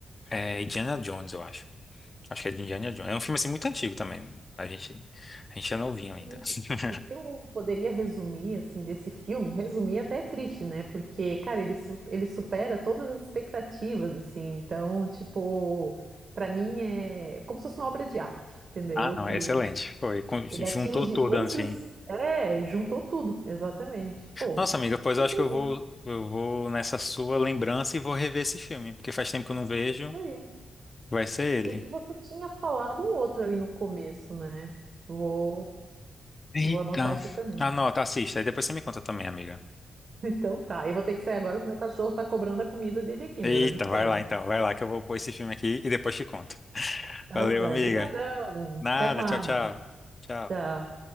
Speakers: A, on the left; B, on the right.
A: é Indiana Jones, eu acho. Acho que é de Indiana Jones. É um filme assim muito antigo também. A gente, a gente é novinho ainda.
B: E
A: <laughs>
B: o que eu poderia resumir, assim, desse filme, resumir até é triste, né, porque, cara, ele, su- ele supera todas as expectativas, assim, então, tipo... Pra mim é como se fosse uma obra de arte, entendeu?
A: Ah, não,
B: Que
A: é excelente. Foi, com- juntou
B: Ele atinge
A: tudo
B: outros.
A: assim.
B: É, juntou tudo, exatamente. Pô,
A: Nossa, amiga, pois
B: fiquei
A: eu acho
B: feliz.
A: que eu vou, eu vou nessa sua lembrança e vou rever esse filme, porque faz tempo que eu não vejo.
B: Isso aí.
A: Vai ser
B: E
A: ele.
B: você tinha falado um outro ali no começo, né? Vou,
A: Eita.
B: vou anotar aqui também.
A: Anota,
B: <laughs>
A: assista, e depois você me conta também, amiga.
B: Então tá. Eu vou ter que sair agora porque meu cachorro tá cobrando a comida dele aqui,
A: Eita,
B: me olhando feio.
A: vai lá então, vai lá que eu vou pôr esse filme aqui e depois te conto.
B: Tá,
A: Valeu,
B: joia.
A: amiga.
B: Obrigadão.
A: Nada,
B: Até mais.
A: tchau, tchau. Tchau.
B: Tchau.